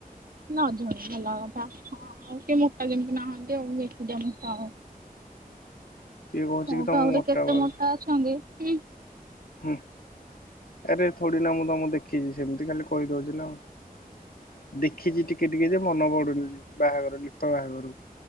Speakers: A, on the right (about 70°); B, on the left (about 75°).
A: ନା ଝରୁ ଭଲ କଥା। ଆଉ କିଏ ମୋଟା ଯେମିତି ନାହାନ୍ତି ମୁଁ ଏକୁଟିଆ ମୋଟା ଆଉ।
B: କିଏ କହୁଛି
A: ମୋ
B: କି ତମକୁ
A: ଠୁ ଆଉ କେତେ
B: ବୋଲି।
A: ମୋଟା ଅଛନ୍ତି। ହୁଁ।
B: ହୁଁ ଆରେ ଥୋଡ଼ି ନା ମୁଁ ତମକୁ ମୁଁ ଦେଖିଚି, ସେମିତି ଖାଲି କହିଦଉଚି ନା ଆଉ। ଦେଖିଚି ଟିକେ ଟିକେ ଯେ ମନେ ପଡୁନି ବାହାଘର ଲିପା ବାହାଘରକୁ।